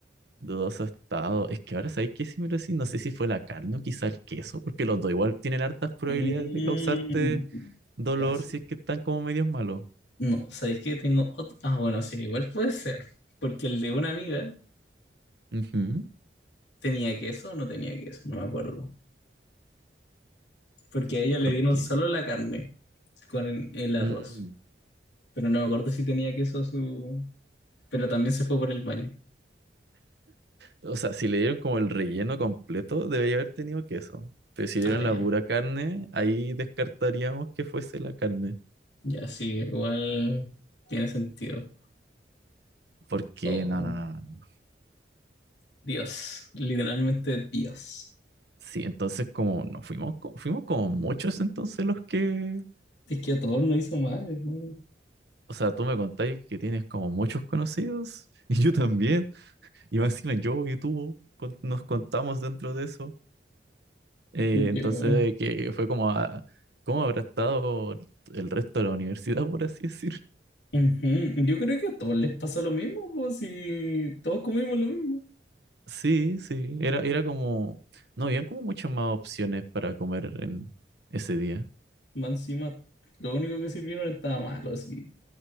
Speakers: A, on the right; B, on the left.
A: Dudoso estado. Es que ahora sabéis que si me lo decís, no sé si fue la carne o quizá el queso, porque los dos igual tienen hartas probabilidades
B: Mm,
A: de causarte dolor
B: ya sí.
A: si es que están como medios malos.
B: No, ¿sabéis qué tengo otro? Ah, bueno, sí, igual puede ser, porque el de una amiga
A: Ujú.
B: ¿Tenía queso o no tenía queso? No me acuerdo. Porque a ellos
A: ¿Por
B: le dieron
A: qué?
B: solo la carne con el, el arroz.
A: Mm.
B: Pero no me acuerdo si tenía queso su... Pero también se fue por el baño.
A: O sea, si le dieron como el relleno completo, debería haber tenido queso. Pero si le
B: Ah,
A: dieron
B: ya.
A: la pura carne, ahí descartaríamos que fuese la carne.
B: Ya sí, igual tiene sentido.
A: ¿Por qué?
B: Oh,
A: No, no, no. no.
B: Dios. Literalmente Dios.
A: Sí, entonces como nos fuimos, co- fuimos como muchos entonces los que,
B: Si Es que a todos nos hizo mal, hermano.
A: o sea, tú me contáis que tienes como muchos conocidos <laughs> y yo también, y más encima yo y tú con- nos contamos dentro de eso, Eh,
B: Yo,
A: entonces que fue como, a, ¿cómo habrá estado el resto de la universidad, por así decir?
B: Ujú. Yo creo que a todos les pasó lo mismo, pues si todos comimos lo mismo.
A: Sí, sí, era, era como, no, habían como muchas más opciones para comer en ese día.
B: Más encima, lo único que sirvieron estaba malo, así,